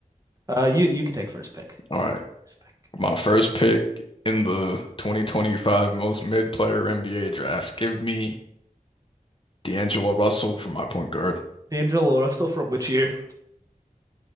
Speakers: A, on the right; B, on the left.
A: Uh, you you can take first pick.
B: All right.
A: First pick.
B: My first pick in the 2025 most mid player NBA draft. Give me D'Angelo Russell for my point guard.
A: D'Angelo Russell from which year?